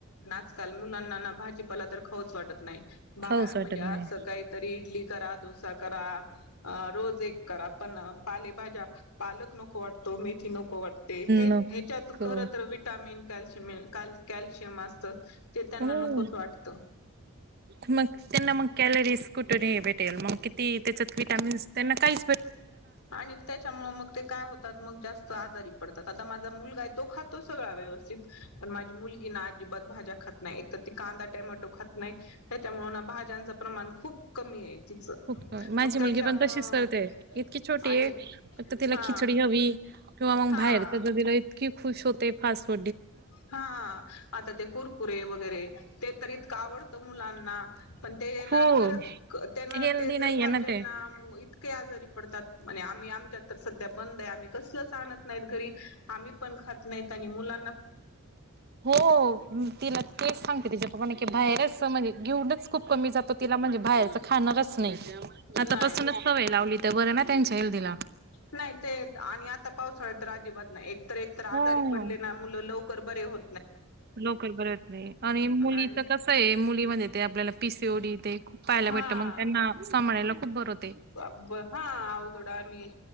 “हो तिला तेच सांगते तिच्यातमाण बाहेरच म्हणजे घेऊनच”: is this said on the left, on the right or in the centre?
Right